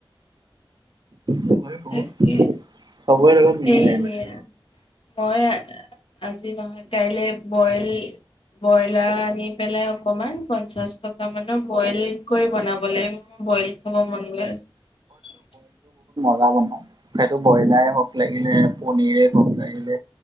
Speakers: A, on the right; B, on the left.
A: বনাই বহুত
B: তাকে
A: চবৰে লগত
B: সেইয়া।
A: মিলি যায় মানে
B: মই আজি নহয় কাইলে বইল। ব্ৰইলাৰ আনি পেলাই অকমান পঞ্চাশ টকা মানৰ বইল কৰি বনাব লাগিব। বইল খাব মন গৈছে।
A: বনা সেইটো ব্ৰইলাৰে হক লাগিলে পনিৰে হক লাগিলে